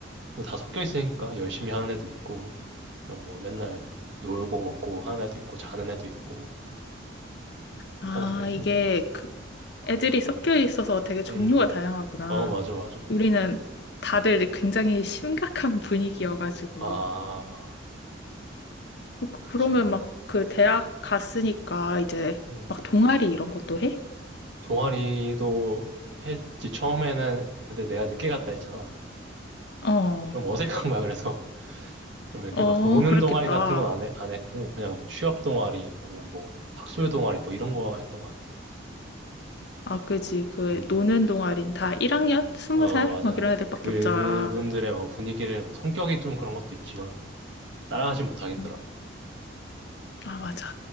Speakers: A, on the right; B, on the left.
A: 이거 다 섞여 있으니까 열심히 하는 애도 있고, 그냥 뭐 맨날 놀고 먹고 하는 애도 있고, 자는 애도 있고,
B: 아,
A: 다 다르지,
B: 이게
A: 우린.
B: 그 애들이 섞여 있어서 되게 종류가
A: 음,
B: 다양하구나.
A: 어, 맞아, 맞아.
B: 우리는 다들 굉장히 심각한 <laughs> 분위기여가지고.
A: 아,
B: 어, 그-
A: 그지.
B: 그러면 막 그 대학 갔으니까 이제
A: 음,
B: 막 동아리 이런 것도 해?
A: 동아리도 했지, 처음에는. 근데 내가 늦게 갔다 했잖아.
B: 어,
A: 좀 어색한 거야, 그래서. 좀 이렇게
B: 어,
A: 막 노는
B: 그렇겠다.
A: 동아리 같은 건 안 해, 안 했고, 그냥 뭐 취업 동아리, 아니면 뭐 학술 동아리, 뭐 이런 거 했던 것 같아.
B: 아, 그지. 그
A: 음.
B: 노는 동아리는 다 1학년? 20살?
A: 어, 맞아.
B: 막 이런 애들밖에
A: 그분들의
B: 없잖아.
A: 뭐 분위기를, 뭐 성격이 좀 그런 것도 있지만, 따라가지 못하겠더라고.
B: 음. 아, 맞아.